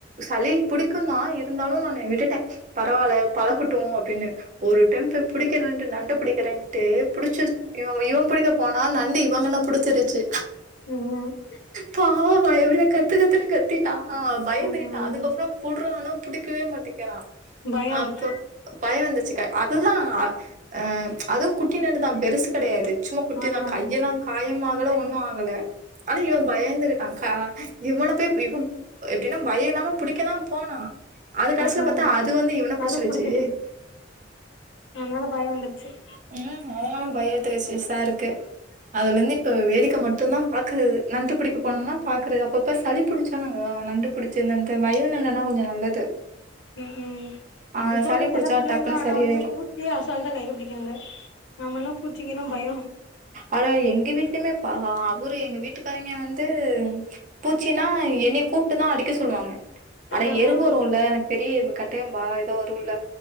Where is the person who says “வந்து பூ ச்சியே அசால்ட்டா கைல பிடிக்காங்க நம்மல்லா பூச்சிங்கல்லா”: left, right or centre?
Left